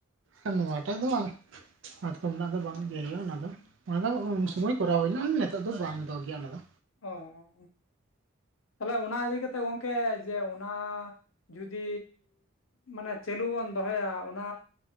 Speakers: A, on the right; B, on the left.
A: ᱟᱨ ᱱᱚᱣᱟᱴᱟᱜ ᱫᱚ ᱵᱟᱝ ᱢᱟᱛᱠᱚᱢ ᱨᱮᱱᱟᱜ ᱫᱚ ᱵᱟᱝ ᱤᱭᱟᱹ ᱦᱩᱭᱩᱜᱼᱟ ᱚᱱᱟ ᱫᱚ᱾ ᱚᱱᱟ ᱫᱚ ᱩᱱ
B: ᱚ
A: ᱥᱩᱢᱟᱹᱭ ᱠᱚᱨᱟᱣ ᱦᱩᱭᱱᱟ ᱱᱤᱛᱚᱜ ᱫᱚ ᱵᱟᱢ ᱫᱚᱦᱚ ᱜᱮᱭᱟ ᱚᱱᱟ ᱫᱚ᱾
B: ᱚᱻᱚ ᱛᱟᱦᱚᱞᱮ ᱚᱱᱟ ᱤᱫᱤ ᱠᱟᱛᱮᱜ ᱜᱚᱢᱠᱮ ᱡᱮ ᱚᱱᱟ᱾ ᱡᱩᱫᱤ ᱢᱟᱱᱮ ᱪᱟᱹᱞᱩ ᱵᱚᱱ ᱫᱚᱦᱚᱭᱟ ᱚᱱᱟ᱾